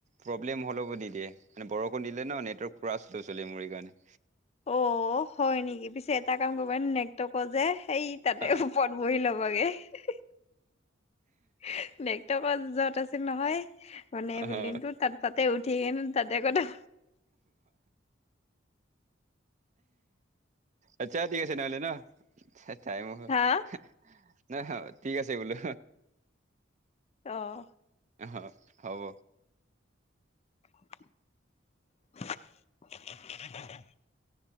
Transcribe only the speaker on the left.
অ হয় নেকি পিছে এটা কাম কৰিব নেটৱৰ্কৰ যে। সেই তাতে
ওপৰত বহি ল'বাগে নেটৱৰ্ক। ক যত আছিল নহয়। মানে বুলি
তাত তাতে উঠি কিনো তাতে কথা
হা
আহ
<inaudible>